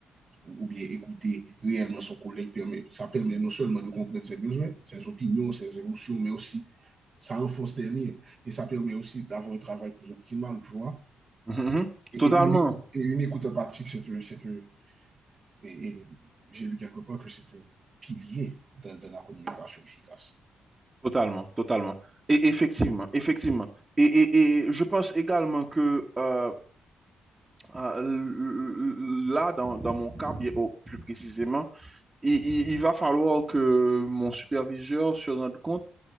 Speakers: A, on the right (about 35°); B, on the right (about 20°).
A: Ou, ou bien écouter réellement son collègue, permet, ça permet non seulement de comprendre ses besoins, ses opinions, ses émotions, mais aussi ça renforce les liens et ça permet aussi d'avoir un travail plus optimal, tu vois.
B: Mhm, mhm.
A: Et,
B: Totalement.
A: et, une, écoute, et une écoute empathique, c'est et, et j'ai lu quelque part que c'est un pilier dans, dans la communication efficace.
B: Totalement, totalement. Et effectivement, effectivement. Et, et- et je pense également que euh, euh, l- là, dans, dans mon cas, bien, oh, plus précisément, il, il- il va falloir que mon superviseur se rende compte